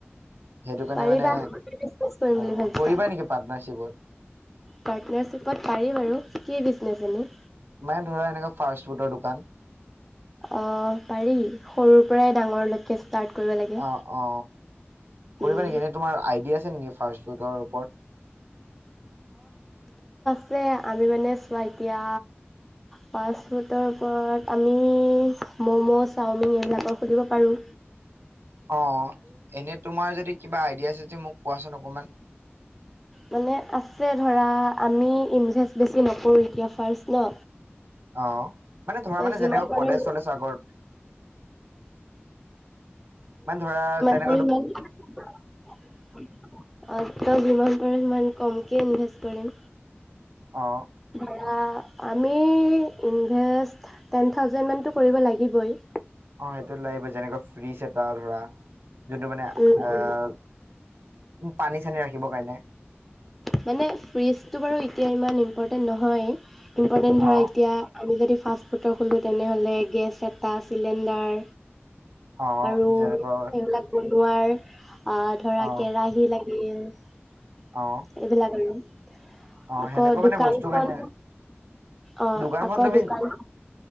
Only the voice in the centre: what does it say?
পাৰিবানে
কৰিম
বুলি ভাবছো
পাৰ্টনাৰশ্বিপত পাৰি আৰু কি বিজনেচ মানে এ
আহ পাৰি সৰুৰ পৰাই ডাঙৰলৈকে ষ্টাৰ্ট কৰিব লাগে
উম,
যে আমি মানে চোৱা এতিয়া ফাষ্টফুডৰ ওপৰত আমি ম'ম' চাওমিন এইবিলাকৰ সুধিব পাৰো।
মানে আছে ধৰা আমি ইনভেষ্ট বেছি নকৰোঁ এতিয়া ফাৰ্ষ্ট ন।
ত'
যিমান
পাৰোঁ
আৰু সিমান অ তই যিমান পাৰো সিমান কমকৈ ইনভেষ্ট কৰিম।
এ আমি ইনভেষ্ট টেন থাউজেণ্ড মানটো কৰিব লাগিবই।
উম
উ
মানে ফিজটো বাৰু এতিয়া ইমানেই ইম্পৰ্টেণ্ট নহয় ইম্পৰ্টেণ্ট ধৰা
এতিয়া আমি যদি ফাষ্টফুডৰ খোলোঁ তেনেহ'লে গেছ এটা চিলিণ্ডাৰ
আৰু
সেইবিলাক বনোৱাৰ অ ধৰা
কেৰাহী লাগে <unintelligible> এইবিলাক
আৰু।
আকৌ
দোকানখন
অ
আকৌ
দোকান